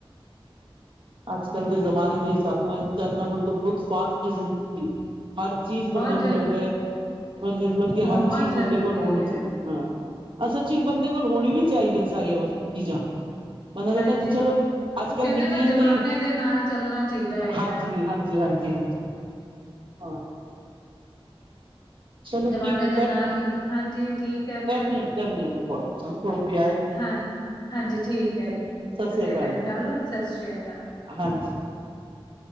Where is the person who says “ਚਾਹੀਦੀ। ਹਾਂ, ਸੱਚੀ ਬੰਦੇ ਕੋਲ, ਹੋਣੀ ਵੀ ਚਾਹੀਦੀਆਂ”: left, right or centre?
Right